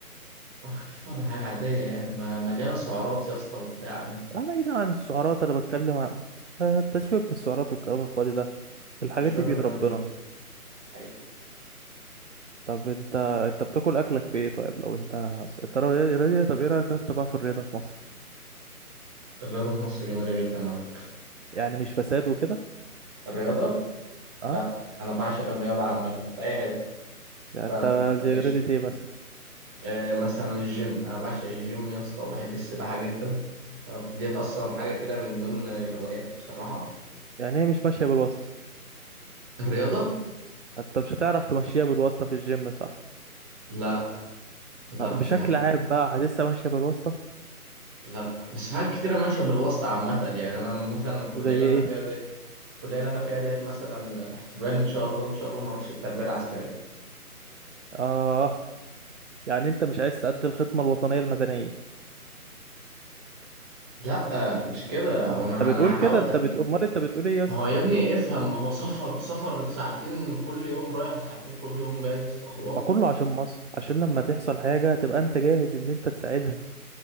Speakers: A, on the right; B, on the right.
A: ولا خفيفة ولا حاجة عادية يعني ما مليانة سعرات يا اسطى وبتاع
B: اه بعيدا عن السعرات انا بتكلم عن آه، انت سيبك من السعرات والكلام الفاضي ده
A: انت
B: الحاجات
A: مش
B: دي
A: راجل
B: بإيد
A: رياضي
B: ربنا
A: بقى الحقيقة
B: طب انت انت بتاكل اكلك بايه طيب لو انت انت رياضي رياضي، طب ايه رأيك يا اسطى بقى في الرياضة في مصر
A: الرياضة في مصر جميلة جدا على فكرة
B: يعني مش فساد وكده
A: الرياضة
B: اه
A: لا انا بعشق الرياضة عامة في اي حتة
B: يعني
A: ف...
B: انت
A: فقشطة
B: زي رياضة ايه مثلا
A: آه مثلا الجيم انا بعشق الجيم يا اسطى وبحب السباحة جدا تمام؟ ديت اصلا حاجة كده من ضمن هواياتي بصراحة
B: يعني هي مش ماشية بالواسطة
A: الرياضة
B: انت مش هتعرف تمشيها بالواسطة في الجيم صح
A: لا لا
B: طب بشكل
A: ده
B: عام بقى حاسسها ماشية بالواسطة
A: لا بس حاجات كتيرة ماشية بالواسطة عامة يعني أنا مثلا الكلية
B: زي
A: اللي أنا
B: ايه
A: فيها دي الكلية اللي أنا فيها ديت مثلا احتمال إن شاء الله إن شاء الله ما أروحش التربية العسكرية
B: اه يعني انت مش عايز تأدي الخدمة الوطنية المدنية
A: لا مش كده هو
B: طب ما
A: أنا
B: انت بتقول
A: أنا هحاول
B: كده انت
A: قد
B: بتقول امال انت بتقول ايه يا اسطى
A: ما هو يا ابني افهم ما هو سفر سفر ساعتين كل يوم رايح ساعتين كل يوم جاي يا اسطى حوار
B: ما كله عشان مصر عشان لما تحصل حاجة تبقى انت جاهز ان انت تساعدها